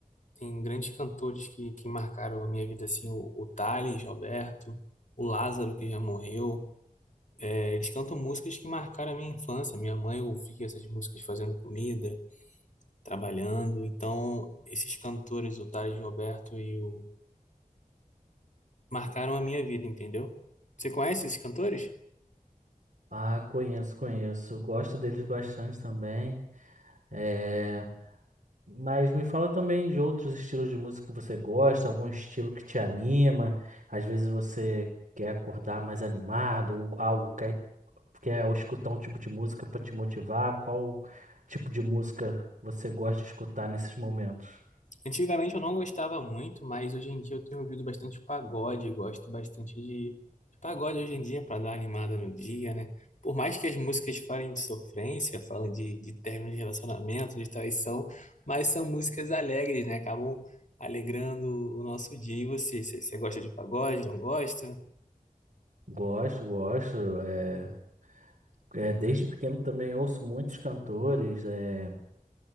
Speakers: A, on the left; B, on the right.
A: Tem grandes cantores que, que marcaram a minha vida, assim, o, o Thales, Roberto, o Lázaro, que já morreu. É, eles cantam músicas que marcaram a minha infância. Minha mãe ouvia essas músicas fazendo comida, trabalhando. Então, esses cantores, o Thales, Roberto e o... marcaram a minha vida, entendeu? Você conhece esses cantores?
B: Ah, conheço, conheço. Gosto deles bastante também. É, Mas me fala também de outros estilos de música que você gosta, algum estilo que te anima. Às vezes você quer acordar mais animado, ou algo quer, quer escutar um tipo de música para te motivar. Qual tipo de música você gosta de escutar nesses momentos?
A: Antigamente eu não gostava muito, mas hoje em dia eu tenho ouvido bastante pagode, gosto bastante de, de pagode hoje em dia para dar uma animada no dia, né? Por mais que as músicas falem de sofrência, falem de, de término de relacionamento, de traição, mas são músicas alegres, né? Acabam alegrando o nosso dia. E você, você você gosta de pagode, não gosta?
B: Gosto, gosto. É, é, desde pequeno também ouço muitos cantores, é,